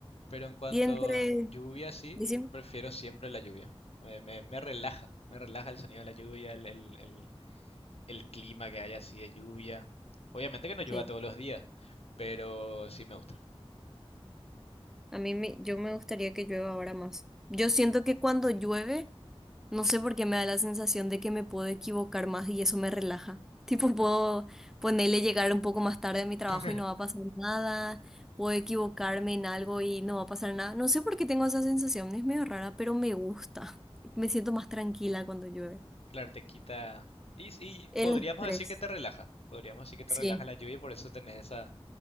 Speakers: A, on the left (about 75°); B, in the centre.
A: Pero en cuanto
B: Y entre.
A: a lluvia, sí,
B: Decime.
A: prefiero siempre la lluvia. Me, me- me relaja, me relaja el sonido de la lluvia, el, el- el- el clima que hay así de lluvia. Obviamente que no llueva
B: Sí,
A: todos los días, pero sí me gusta.
B: a mí me, yo me gustaría que llueva ahora más. Yo siento que cuando llueve, no sé por qué me da la sensación de que me puedo equivocar más y eso me relaja. <laughs> Tipo, puedo ponerle llegar un poco más tarde a mi trabajo
A: <laughs>
B: y no va a pasar nada. Puedo equivocarme en algo y no va a pasar nada. No sé por qué tengo esa sensación, es medio rara, pero me gusta. <laughs> Me siento más tranquila cuando llueve.
A: Claro, te quita. Y, y
B: El
A: podríamos
B: estrés.
A: decir que te relaja. Podríamos decir que te
B: Sí,
A: relaja la lluvia y por eso tenés esa,